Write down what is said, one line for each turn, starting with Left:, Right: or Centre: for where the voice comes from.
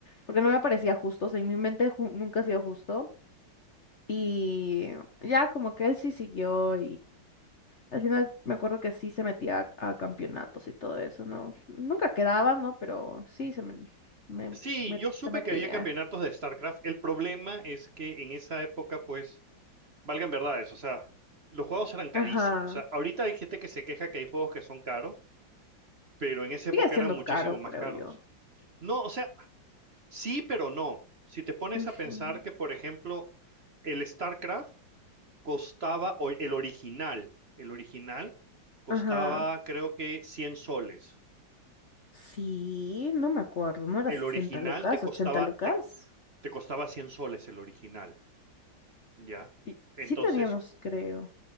Left: porque no me parecía justo, o sea, en mi mente ju- nunca ha sido justo. Y ya como que él sí siguió al final me acuerdo que sí se metía a, a campeonatos y todo eso, ¿no? Nunca quedaba, ¿no? Pero sí se me, me-
Right: Sí,
Left: me-
Right: yo supe
Left: se metía.
Right: que había campeonatos de StarCraft. El problema es que en esa época, pues, valgan verdades, o sea, los juegos eran carísimos.
Left: Ajá.
Right: O sea, ahorita hay gente que se queja que hay juegos que son caros, pero en esa época
Left: Sigue siendo
Right: eran muchísimo
Left: caro,
Right: más
Left: creo
Right: caros.
Left: yo.
Right: No, o sea, sí, pero no. Si te pones
Left: Ujú.
Right: a pensar que, por ejemplo, el StarCraft costaba, o el original, el original costaba,
Left: Ajá.
Right: creo que 100 soles.
Left: Sí, no me acuerdo, ¿no era
Right: El
Left: 60
Right: original
Left: lucas,
Right: te costaba,
Left: 80 lucas?
Right: te, te costaba 100 soles, el original. Ya.
Left: Y
Right: Entonces,
Left: sí teníamos, creo.